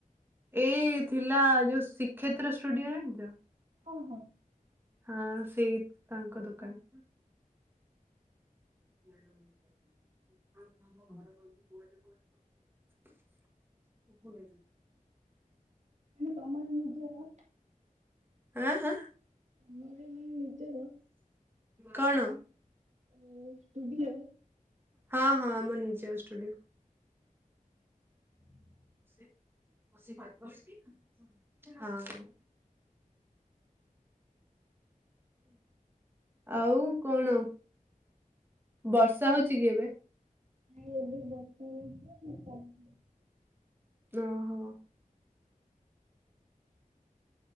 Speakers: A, on the right; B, on the right.
A: ଏଇ ଥିଲା ଯୋଉ ଶୀକ୍ଷେତ୍ର ଷ୍ଟୁଡିଓ ଜାଣିଚ?
B: ଓହୋ।
A: ହଁ ସେଇ ତାଙ୍କ ଦୋକାନ। <inaudible> ଆଉ ତମ ଘର କୋଉଚି କୁଆଡ଼େ <inaudible> <inaudible>
B: ଉଁ ତମର ନିଜର?
A: ଆଁ ଆଁ?
B: ତମରି ଏ ମାନେ ନିଜର?
A: କଣ?
B: ଏ ଷ୍ଟୁଡିଅରେ।
A: ହଁ ହଁ ଆମ ନିଜର ଷ୍ଟୁଡିଓ।
B: <inaudible>
A: <unintelligible> ଆଉ ଆଉ କଣ ବର୍ଷା ହଉଚି କି ଏବେ?
B: ନାଇଁ ଏବେ ବର୍ଷା ହଉଥୁଲା ଏବେ କମ୍
A: ଓହୋ।